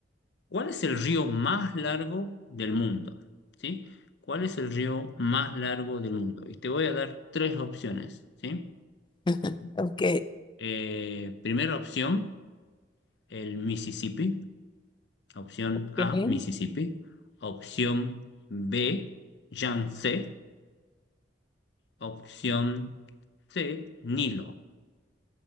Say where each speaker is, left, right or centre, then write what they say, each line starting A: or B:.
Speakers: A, on the left (about 70°); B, on the left (about 25°).
A: ¿Cuál es el río más largo del mundo? ¿Sí? ¿Cuál es el río más largo del mundo? Y te voy a dar tres opciones, ¿sí?
B: <laughs> Ok.
A: Eh, primera opción, el Mississippi. Opción
B: ok.
A: A, Mississippi. Opción B, Yangtze. Opción C, Nilo.